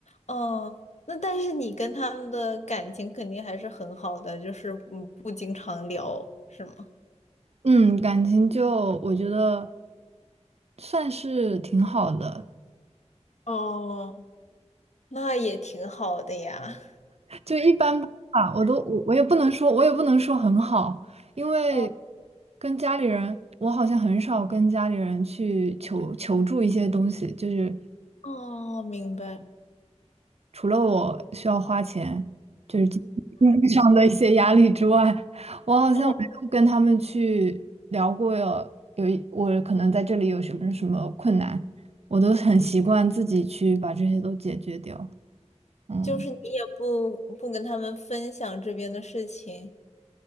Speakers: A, on the left; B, on the right.
A: 哦，那但是你跟他们的感情肯定还是很好的，就是嗯不经常聊，是吗？
B: 嗯，感情就我觉得算是挺好的，
A: 哦，那也挺好的呀。
B: 就一般吧，我都我我也不能说，我也不能说很好，因为
A: 哦
B: 跟家里人，我好像很少跟家里人去求求助一些东西，就是
A: 哦，明白。
B: 除了我需要花钱，就是经经济上的一些压力之外，我好像没有跟他们去聊过有有一我可能在这里有什么什么困难，
A: 哦，
B: 我都很习惯自己去把这些都解决掉，嗯。
A: 就是你也不不跟他们分享这边的事情，